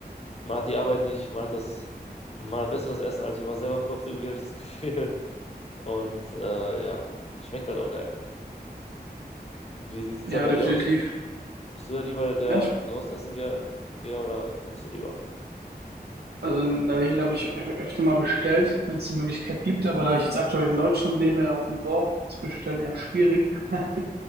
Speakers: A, on the left; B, on the right.
A: Man hat die Arbeit nicht, man hat das, man hat besseres Essen, als wenn man selber kocht, irgendwie habe ich das <laughs> Gefühl. Und äh, ja, schmeckt halt auch geil. Wie sieht's
B: Ja,
A: da bei
B: definitiv.
A: dir aus? Bist du da lieber der,
B: Ja, ich,
A: der draußen essen gehe, gehe oder kochst du lieber?
B: also in der Regel habe ich ö- öfter mal bestellt, wenn es die Möglichkeit gibt, aber da ich jetzt aktuell in Deutschland lebe, auf einem Dorf, ist Bestellen eher schwierig. <laughs>